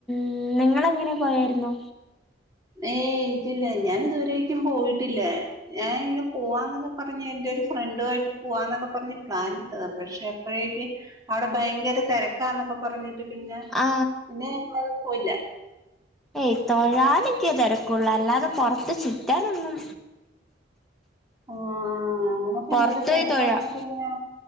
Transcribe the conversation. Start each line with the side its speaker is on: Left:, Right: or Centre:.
Centre: ഉം. നിങ്ങളെങ്ങനെ പോയായിരുന്നൊ?
Right: ഏയ് ഇല്ലില്ല. ഞാൻ ഇതുവരേക്കും പോയിട്ടില്ലാ. ഞാൻ ഇങ്ങനെ പോവാന്നൊക്കെ പറഞ്ഞ് എന്റെ ഒരു ഫ്രണ്ടു ആയിട്ട് പോവാന്നൊക്കെ പറഞ്ഞ് പ്ലാൻ ഇട്ടതാ പക്ഷെ അപ്പഴേക്ക് അവിടെ ഭയങ്കര തിരക്കാന്നൊക്കെ പറഞ്ഞിട്ട് പിന്നെ
Centre: ആ
Right: പിന്നെ ഞങ്ങളത് പോയില്ല.
Centre: ഏയ് തൊഴാനൊക്കെ തിരക്കുള്ളൂ. അല്ലാതെ പൊറത്ത് ചുറ്റാനൊന്നും
Right: ആഹ് അവടെ ഭയങ്കര
Centre: പുറത്ത്
Right: തിരക്കാണെന്നൊക്കെ
Centre: പോയി തൊഴാം
Right: പിന്നെ,